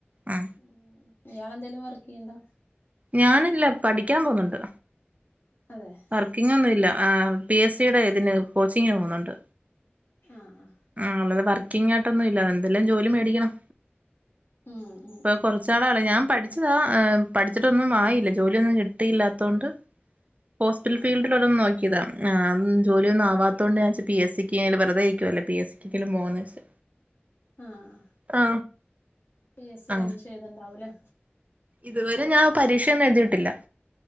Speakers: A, on the right; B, on the left.
A: ആ
B: ഉം ഇയാളെന്തേലും വർക്ക് ചെയ്ണ്ടോ
A: ഞാനല്ല പഠിക്കാൻ പോന്നണ്ട്
B: അതെ
A: വർക്കിങ് ഒന്നൂല്ല
B: ആഹ്
A: ആ പി എസ് സിയുടെ ഇതിന് കോച്ചിങ്ന് പോന്നുണ്ട്.
B: ആഹ് ആഹ്
A: ആ ഉള്ളത് പർ ക്കിങ്ങാട്ടൊന്നും ഇല്ല എന്തെല്ലാം ജോലി മേടിക്കണം
B: ഉം ഉം
A: ഇപ്പൊ
B: ഉം
A: കുറച്ചാളാള ഞാം പഠിച്ചതാ പഠിച്ചിട്ടൊന്നും ആയില്ല ജോലിയൊന്നും കിട്ടിയില്ലാത്തോണ്ട് ഹോസ്പിറ്റൽ
B: ആഹ്
A: ഫീൽഡിൽ ഒരോന്ന് നോക്കിയതാ ആഹ് ജോലിയ ഒന്നും ആവാത്തതോണ്ട് ഞാൻച് പി എസ് സി ക്കേല് വെറുതെഇക്കുയല്ലേ പി എസ് സി ക്കെങ്കിലും പോകാന്ന് വെച്ച്
B: ആ ആ
A: ആ
B: പി എസ് സി
A: ആ
B: പരീക്ഷ എഴതുണ്ടാവൂലേ
A: ഇതുവരെ ഞാൻ പരീക്ഷയൊന്ന എഴുതിട്ടില്ല